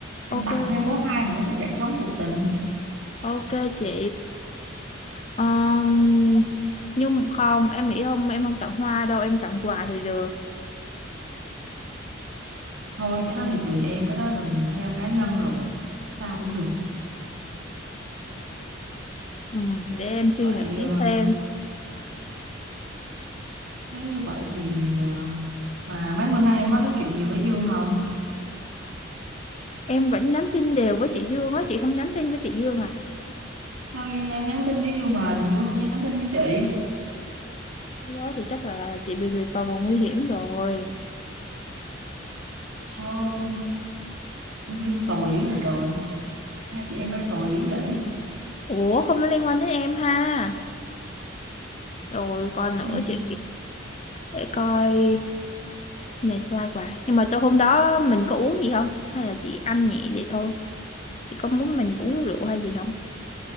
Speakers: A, on the right; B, on the left.
A: em
B: ok
A: tặng thêm
B: ok
A: bó hoa nữa cho dậy sóng cuộc tình
B: ok chị um, nhưng không em nghĩ không em không tặng hoa đâu em tặng quà thì được
A: thôi cái đó thì tùy em cái đó là theo cá nhân rồi sao cũng được
B: ừ, để em suy
A: vậy
B: nghĩ
A: ờ,
B: thêm
A: nếu như vậy thì ờ, mà mấy bữa nay em có nói chuyện gì với Dương không
B: em vẫn nhắn tin đều với chị Dương á chị không nhắn tin với chị Dương à
A: sao em nhắn tin với Dương mà Dương không nhắn tin với chị
B: cái đó thì chắc là chị bị liệt vào vòng nguy hiểm rồi
A: sao Dương tồi dữ vậy trời hai chị em bay tồi dữ vậy
B: ủa không có liên quan đến em ha rồi còn nữa
A: Ừ.
B: chị để coi này qua quà nhưng mà tôi hôm đó mình có uống gì không hay là chị ăn nhẹ vậy thôi chị có muốn mình uống rượu hay gì không